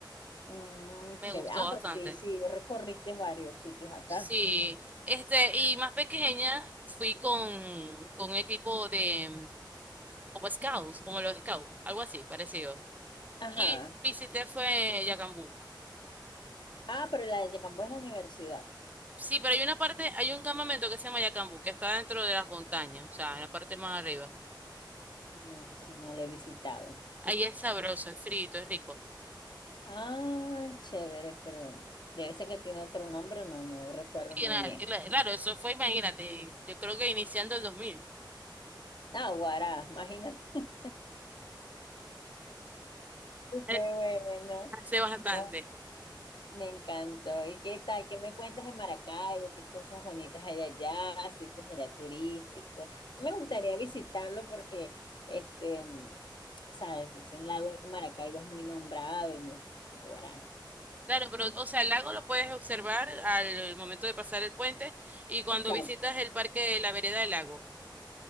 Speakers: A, on the left; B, on the right.
A: Mm,
B: Me
A: chévere.
B: gustó
A: Ah,
B: bastante.
A: pero sí, sí, recorriste varios sitios acá.
B: Sí. Este, y más pequeña fui con, con un equipo de como scouts, como los scouts, algo así, parecido.
A: Ajá.
B: Y visité fue Yacambú.
A: Ah, pero la de Yacambo es la universidad.
B: Sí, pero hay una parte, hay un campamento que se llama Yacambú, que está dentro de las montañas, o sea, en la parte más arriba.
A: No, si no la he visitado.
B: Ahí es sabroso, es frito, es rico.
A: Ah, chévere, pero debe ser que tiene otro nombre, no, no recuerdo
B: Sí,
A: muy
B: Claro,
A: bien.
B: cla- claro, eso fue, imagínate, yo creo que iniciando el 2000,
A: Ah, Guará, imagínate. <laughs> Y
B: Eh,
A: qué bueno,
B: hace bastante.
A: No, me encantó. ¿Y qué tal? ¿Qué me cuentas de Maracaibo? ¿Qué cosas bonitas hay allá? ¿Sitios allá turísticos? Me gustaría visitarlo porque, este, mm, sabes, dicen lago de Maracaibo es muy nombrado y muy ah, Guará.
B: Claro, pero, o sea, el lago lo puedes observar al momento de pasar el puente y cuando
A: Exacto.
B: visitas el parque de la vereda del lago.